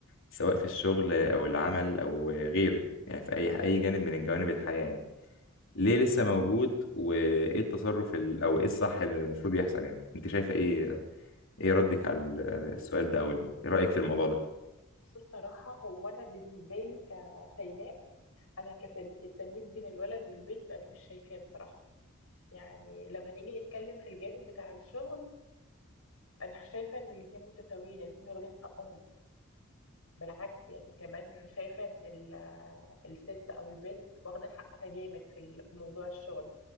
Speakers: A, on the left (about 65°); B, on the left (about 80°).
A: سواء في الشغل او العمل او غيره يعني في اي اي جانب من جوانب الحياة يعني ليه لسه موجود وايه التصرف ال... او ايه الصح اللي المفروض يحصل يعني انت شايفه ايه ايه ردك على السؤال ده او ال- رايك في الموضوع ده
B: بص الصراحة هو أنا بالنسبة لي كشيماء أنا كالتمييز بين الولد والبنت أنا مش شايفاه بصراحة يعني لو هنيجي نتكلم في الجانب بتاع الشغل أنا شايفة إن الاتنين متساويين الاتنين واخدين حقهم بالعكس يعني كمان شايفة إن ال- الست أو البنت واخدة حقها جامد في ال- في موضوع الشغل